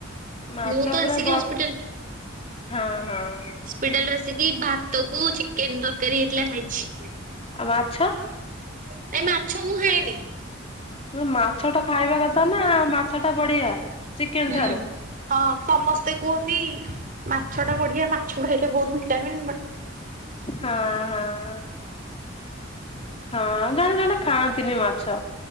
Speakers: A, on the left (about 30°); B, on the right (about 45°).
A: ମାଛ
B: ମୁଁ ତ
A: ପୁରା
B: ଆସିକି
A: ବଡ
B: ହସ୍ପିଟାଲ
A: ହଁ ହଁ।
B: ପିଟାଲରୁ ଆସିକି ଭାତ କୁ ଚିକେନ ତରକାରୀ ହେଇଥିଲା ଖାଇଛି।
A: ଆଉ ମାଛ?
B: ନାଇଁ ମାଛ ମୁଁ ଖାଏନି
A: ମାଛ ଟା ଖାଇବା କଥା ନା ମାଛ ଟା ବଢିଆ। କେନ୍
B: ହୁଁ।
A: ଠାରୁ
B: ହଁ ସମସ୍ତେ କୁହନ୍ତି ମାଛ ଟା ବଢିଆ ମାଛ ଖାଇଲେ ବହୁତ ଭିଟାମିନ୍ ବ
A: ହଁ ହଁ। ହଁ ଜଣେ ଜଣେ ଖାଆନ୍ତିନି ମାଛ